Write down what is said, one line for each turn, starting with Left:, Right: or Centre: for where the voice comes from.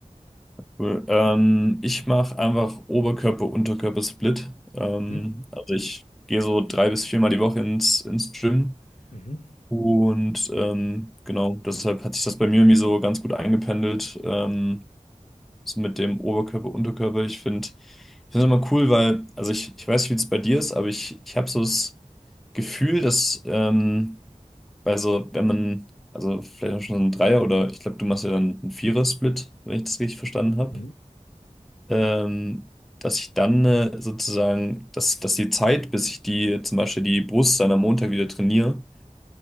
Centre: Cool. Ähm, ich mache einfach Oberkörper-Unterkörper-Split. Ähm,
Left: Mhm.
Centre: also ich gehe so drei bis viermal die Woche ins, ins Gym.
Left: Mhm.
Centre: Und ähm, genau, deshalb hat sich das bei mir irgendwie so ganz gut eingependelt, ähm, so mit dem Oberkörper-Unterkörper. Ich finde ich finde es immer cool, weil, also ich, ich weiß nicht, wie es bei dir ist, aber ich, ich habe so das Gefühl, dass ähm, bei so, wenn man, also vielleicht auch schon so ein Dreier oder ich glaube, du machst ja dann einen Vierer-Split, wenn ich das richtig verstanden habe
Left: Mhm.
Centre: ähm, dass ich dann äh, sozusagen, dass, dass die Zeit, bis ich die zum Beispiel die Brust dann am Montag wieder trainiere,